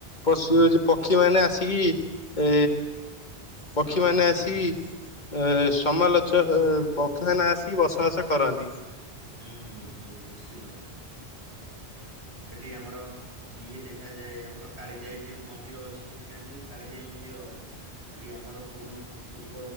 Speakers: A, on the left; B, on the right.
A: ପଶୁ ଯେ ପକ୍ଷୀମାନେ ଆସିକି ଏ ପକ୍ଷୀ
B: ନଳବଣ
A: ମାନେ ଆସିିକ
B: ନା
A: ଏ ସମାଲୋଚ ପକ୍ଷି ମାନେ ଆସିି ବସବାସ କରନ୍ତି।
B: ହୁଁ ହୁଁ ହୁଁ ନିଶ୍ଚିନ୍ତ। ସେଠି ଆମର ଇଏ ଦେଖାଯାଏ। ଆମର କାଳିଜାଇଟି ମନ୍ଦିର ଅଛି ସେଠି ଜାଣିଚନ୍ତି କାଳିଜାଇ ମ ନ୍ଦିର? ସେଠି ଆମର ପୁରୁଣୁ ପୂ-ପୂର୍ବ